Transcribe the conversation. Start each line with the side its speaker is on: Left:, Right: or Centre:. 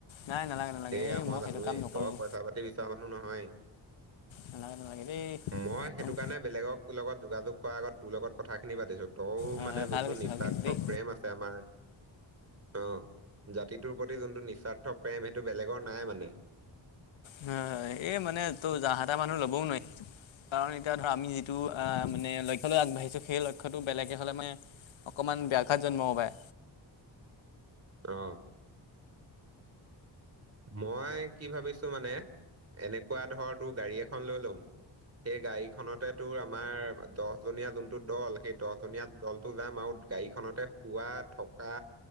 Left: নাই নালাগে নালাগে
Right: সেয়া
Left: এই
Right: মই জানোৱেই
Left: সেইটো কাম নকৰোঁ
Right: তই পইচা পাতি বিচৰা মানুহ নহয়।
Left: নালাগে নালাগে দেই।
Right: মই সেইটো
Left: হয়
Right: কাৰণে বেলেগৰ লগত যোগাযোগ কৰাৰ আগত তোৰ লগত কথাখিনি পাতিছোঁ। তোৰ
Left: হয়
Right: মানে
Left: ভাল
Right: যোনটো
Left: কৈছে
Right: নিস্বাৰ্থ
Left: ভাল কৈছে দেই
Right: প্ৰেম আছে আমাৰ। অ জাতিটোৰ প্ৰতি যোনটো নিস্বাৰ্থ প্ৰেম সেইটো বেলেগৰ নাই মানে।
Left: হয় এই মানে তোৰ যাহাতাহ মানুহ ল'বও নোৱাৰি। কাৰণ এতিয়া ধৰ আমি যিটো আহ মানে লক্ষ্য লৈ আগবাঢ়িছো সেই লক্ষ্যটো বেলেগে হ'লে মানে। অকমান ব্যাঘাত জন্মাব পাৰে।
Right: অ। মই কি ভাবিছো মানে এনেকুৱা ধৰ তোৰ গাড়ী এখন লৈ ল'ম। সেই গাড়ীখনতে তোৰ আমাৰ দহজনীয়া যোনটো দল সেই দহজনীয়া। দলটো যাম আৰু গাড়ীখনতে শুৱা থকা।